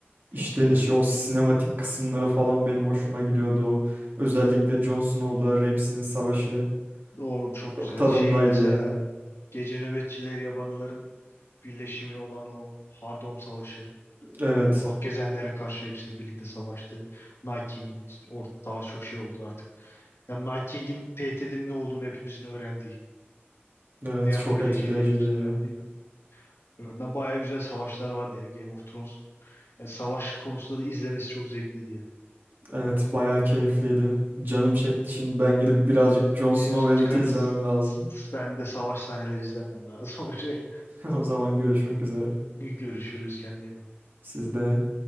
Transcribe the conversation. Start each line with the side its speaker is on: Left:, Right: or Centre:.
Left: Çok
Right: İşlenişi
Left: güzeldi.
Right: o sinematik kısımları falan benim hoşuma gidiyordu o. Özellikle Jon Snow'la Ramsay'nin savaşı.
Left: O çok
Right: Çok
Left: güzel.
Right: tadındaydı
Left: Şey mesela
Right: ya.
Left: gece nöbetçileri yabanaların birleşimi olan o Hardom Savaşı.
Right: Evet.
Left: Bu Akgezenlere karşı hepsini birlikte savaştı. Night King'in işte orada daha çok şey oldu artık. Yani Night King'in tehdidinin ne olduğunu hepimizin öğrendiği.
Right: Evet
Left: Ne yapabileceğini
Right: çok etkileyiciydi
Left: hepimizin
Right: ya.
Left: öğrendiği. Önden bayağı güzel savaşlar vardı ya Game of Thrones. Yani savaş konusunda da izlemesi çok zevkliydi ya.
Right: Evet bayağı keyifliydi. Canım çekti şimdi ben gidip birazcık
Left: Hmm,
Right: Jon Snow
Left: Bir,
Right: ve
Left: birkaç
Right: Edith'i izlemem lazım.
Left: s- s- ben de savaş sahneleri izlemem lazım. <laughs> O şey.
Right: <laughs> O zaman görüşmek üzere.
Left: Görüşürüz kendine iyi bak.
Right: Siz de.